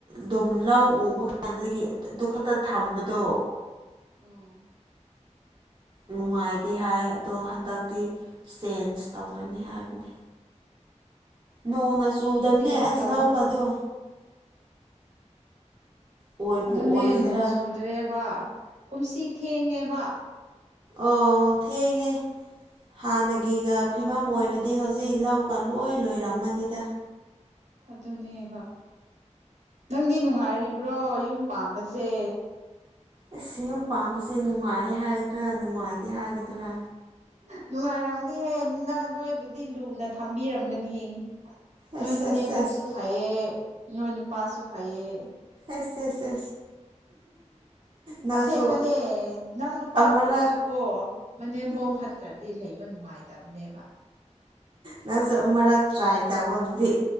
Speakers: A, on the right; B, on the right.
A: ꯗꯨꯝ ꯂꯥꯎ ꯎꯕꯀꯥꯟꯗꯒꯤ ꯑꯗꯨ ꯈꯛꯇ ꯊꯝꯕꯗꯣ
B: ꯎꯝ
A: ꯅꯨꯡꯉꯥꯏꯇꯦ ꯍꯥꯏ ꯑꯗꯣ ꯍꯟꯗꯛꯇꯤ ꯆꯦꯟꯖ ꯇꯧꯔꯅꯤ ꯍꯥꯏꯕꯅꯤ ꯅꯣꯡꯅ
B: ꯎꯝ
A: ꯆꯨꯗꯝꯅꯦ
B: ꯆꯦꯟꯖ
A: ꯑꯁ
B: ꯇꯧꯋꯣ
A: ꯂꯧꯒꯗꯣ ꯑꯣꯏꯕꯨ
B: ꯑꯗꯨꯅꯦ
A: ꯑꯣꯏꯒꯗ꯭ꯔꯥ
B: ꯅꯣꯡ ꯆꯨꯗ꯭ꯔꯦꯕ ꯀꯨꯝꯁꯤ ꯊꯦꯡꯉꯦꯕ
A: ꯑꯣ ꯊꯦꯡꯉꯦ ꯍꯥꯟꯅꯒꯤꯒ ꯐꯤꯕꯝ ꯑꯣꯏꯔꯗꯤ ꯍꯧꯖꯤꯛ ꯂꯧꯒ ꯂꯣꯏ ꯂꯣꯏꯔꯝꯃꯅꯤꯗ <inaudible>
B: ꯑꯗꯨꯅꯦꯕ ꯅꯪꯗꯤ ꯅꯨꯡꯉꯥꯏꯔꯤꯕ꯭ꯔꯣ ꯌꯨꯝ ꯄꯥꯝꯕꯁꯦ
A: ꯑꯁ ꯌꯨꯝ ꯄꯥꯝꯕꯁꯦ ꯅꯨꯡꯉꯥꯏꯌꯦ ꯍꯥꯏꯗ꯭ꯔꯥ ꯅꯨꯡꯉꯥꯏꯇꯦ ꯍꯥꯏꯒꯗ꯭ꯔꯥ
B: ꯅꯨꯡꯉꯥꯏꯔꯝꯒꯗꯤꯍꯦ ꯅꯪ ꯅꯣꯏꯕꯨꯗꯤ ꯂꯨꯅ ꯊꯝꯕꯤꯔꯝꯒꯅꯤ ꯅꯣꯏ
A: ꯑꯁ
B: ꯅꯅꯦꯕꯣꯛꯁꯨ
A: ꯑꯁ ꯑꯁ
B: ꯐꯩꯌꯦ ꯅꯣꯏ ꯅꯨꯄꯥꯁꯨ ꯐꯩꯌꯦ
A: ꯑꯁ ꯑꯁ ꯅꯪꯁꯨ
B: ꯑꯁꯦꯡꯕꯅꯦ ꯅꯪ ꯅꯨꯄꯥ
A: ꯑꯃꯔꯛ
B: ꯐꯔꯁꯨꯀꯣ ꯃꯅꯦꯝꯕꯣꯛ
A: ꯎꯝ
B: ꯐꯠ ꯇ꯭ꯔꯗꯤ ꯂꯩꯕ ꯅꯨꯡꯉꯥꯏꯇꯕꯅꯦꯕ
A: ꯅꯪꯁꯨ ꯑꯃꯨꯔꯛ ꯇ꯭ꯔꯥꯏ ꯇꯧꯑꯣ ꯑꯗꯨꯗꯤ